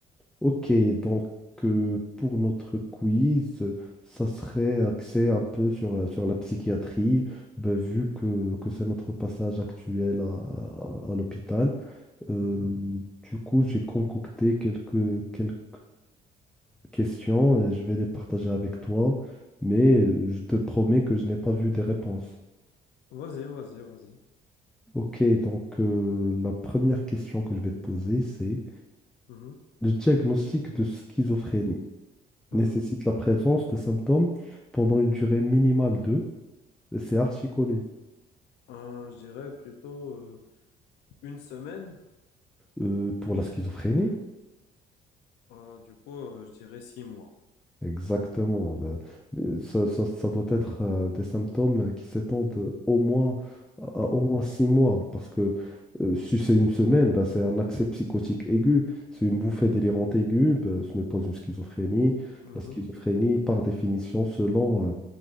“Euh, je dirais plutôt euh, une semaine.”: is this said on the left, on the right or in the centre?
Left